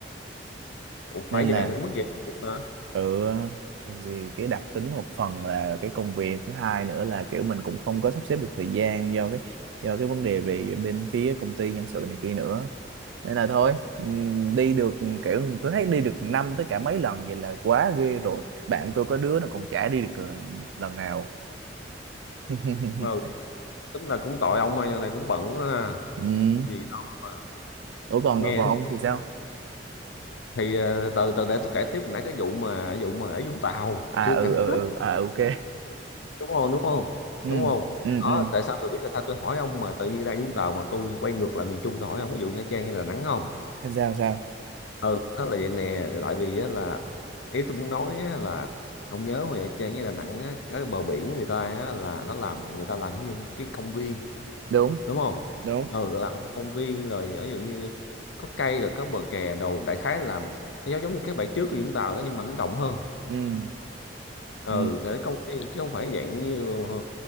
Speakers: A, on the left; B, on the right.
A: Ủa,
B: nên
A: phải vậy
B: là
A: đến mức vậy hả
B: tự cái gì cái đặc tính một phần là cái công việc thứ hai nữa là kiểu mình cũng không có sắp xếp được thời gian do cái do cái vấn đề về bên phía công ty nhân sự này kia nữa nên là thôi ừm, đi được kiểu tôi thấy đi được năm tới cả mấy lần vậy là quá ghê rồi bạn tôi có đứa nó còn chả đi được lần lần nào <laughs>
A: Ờ, tính là cũng tội ông ơi, này cũng bận quá ha
B: ừ.
A: gì đâu mà
B: Ủa còn
A: nghe
B: còn ông thì sao
A: thì ờ, từ từ để tôi kể tiếp nãy cái vụ mà vụ mà ở Vũng Tàu
B: à
A: chưa
B: ừ
A: kể
B: ừ
A: hết
B: ừ à ok
A: đúng không đúng không
B: <laughs> ừ
A: đúng không
B: ừ
A: đó
B: ừ
A: tại sao tôi biết là sao tôi hỏi ông mà tự nhiên ra Vũng Tàu mà tôi quay ngược lại miền Trung tôi hỏi ông có vụ Nha Trang hay Đà Nẵng không
B: sao sao
A: ừ đó là vậy nè tại vì á là ý tôi muốn nói á là ông nhớ hồi Nha Trang với Đà Nẵng á, cái bờ biển người ta á, là nó làm người ta làm như cái công viên
B: đúng
A: đúng không
B: đúng
A: ừ làm ở công viên rồi ví dụ như có cây rồi có bờ kè đồ đại khái là nó giống giống như cái bãi trước của Vũng Tàu đó nhưng mà nó rộng hơn
B: ừ
A: ừ
B: ừ
A: để công viên chứ không phải dạng như ờ,